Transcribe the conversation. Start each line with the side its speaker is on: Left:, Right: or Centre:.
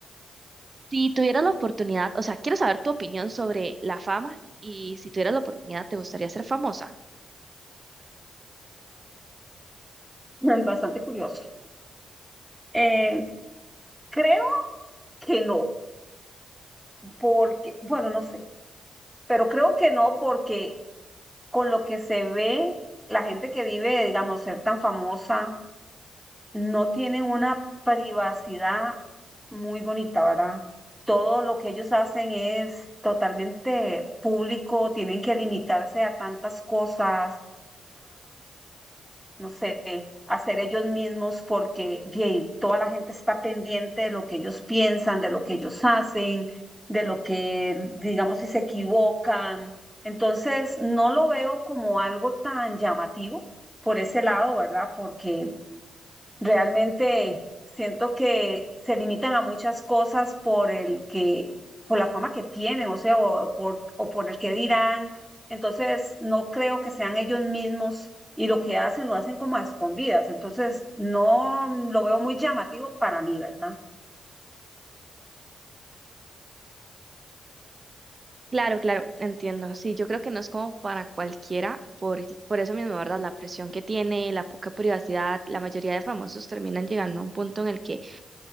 Right: Si tuvieras la oportunidad, o sea, quiero saber tu opinión sobre la fama y si tuvieras la oportunidad, ¿te gustaría ser famosa?
Centre: <laughs> Bastante curioso. Eh, creo que no, porque, bueno, no sé, pero creo que no porque con lo que se ve, la gente que vive, digamos, ser tan famosa, no tienen una privacidad muy bonita, ¿verdad? Todo lo que ellos hacen es totalmente público, tienen que limitarse a tantas cosas. no sé, hacer ellos mismos porque bien, toda la gente está pendiente de lo que ellos piensan, de lo que ellos hacen, de lo que, digamos, si se equivocan. Entonces, no lo veo como algo tan llamativo por ese lado, ¿verdad? Porque Realmente siento que se limitan a muchas cosas por el que, por la fama que tienen, o sea, o por, o por el que dirán. Entonces, no creo que sean ellos mismos y lo que hacen lo hacen como a escondidas. Entonces, no mm, lo veo muy llamativo para mí, ¿verdad?
Right: Claro, claro, entiendo. Sí, yo creo que no es como para cualquiera, por, por eso mismo, ¿verdad? La presión que tiene, la poca privacidad, la mayoría de famosos terminan llegando a un punto en el que